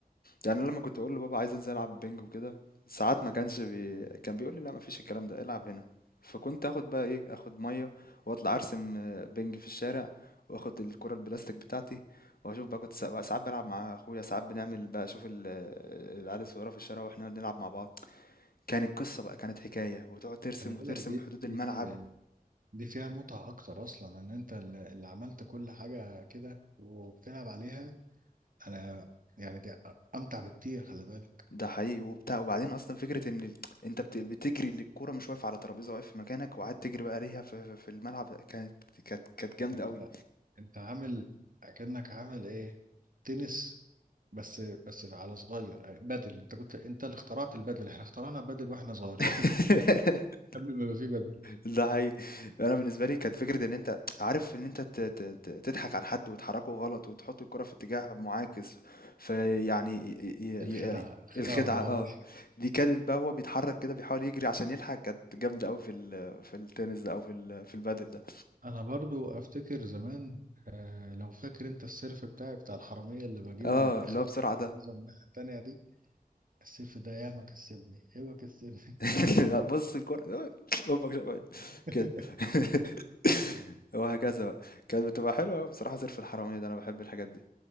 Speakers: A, on the left; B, on the right.
A: يعني أنا لما كنت اقول لبابا عايز انزل العب بينج وكده ساعات ما كانش بي... كان بيقول لي لا مفيش الكلام ده العب هنا فكنت اخد بقى ايه اخد ميه واطلع ارسم آه، بينج في الشارع واخد الكره البلاستيك بتاعتي واشوف بقى كنت سا- ساعات بلعب مع اخويا ساعات بنعمل بقى اشوف ال- آه، العيال الصغيره في الشارع واحنا بنلعب مع بعض كانت قصه بقى كانت حكايه وتقعد ترسم
B: خلي بالك
A: وترسم
B: دي
A: حدود الملعب
B: دي دي فيها متعة أكتر أصلا إن أنت اللي اللي عملت كل حاجة كده وبتلعب عليها أنا يعني دي أمتع بكتير خلي بالك
A: ده حقيقي وبتاع وبعدين اصلا فكره ان ال- انت بت- بتجري للكوره مش واقف على ترابيزه واقف في مكانك وقعدت تجري بقى عليها في, في في الملعب ده كانت كانت كانت جامده
B: أنت
A: قوي
B: أنت عامل أكنك عامل إيه تنس بس بس على صغير بدل أنت كنت أنت اللي اخترعت البدل إحنا اخترعنا بدل وإحنا صغيرين
A: <laughs>
B: <laughs> قبل ما يبقى في بدل
A: ده حقيقي انا بالنسبه لي كانت فكره ان انت عارف ان انت ت- ت- ت- تضحك على حد وتحركه غلط وتحط الكره في اتجاه معاكس فيعني ي- ي-
B: الخدعة
A: ي-
B: الخدعة
A: الخدعه
B: والمهارة
A: اه دي كانت بقى هو بيتحرك كده بيحاول يجري عشان يلحق كانت جامده قوي في ال- في التنس ده او في ال- في البادل ده
B: انا برضو افتكر زمان آه لو فاكر انت السيرف بتاعي بتاع الحرامية اللي بجيبه
A: اه
B: من اخر
A: اللي هو
B: الترابيزة
A: بسرعه ده
B: من الناحية التانية دي السيرف ده ياما كسبني ياما كسبني
A: <laughs> لا، بص الكورة أمك
B: <laughs>
A: كده <laughs> وهكذا بقى كانت بتبقى حلوة أوي بصراحة زرف الحرامية ده أنا بحب الحاجات دي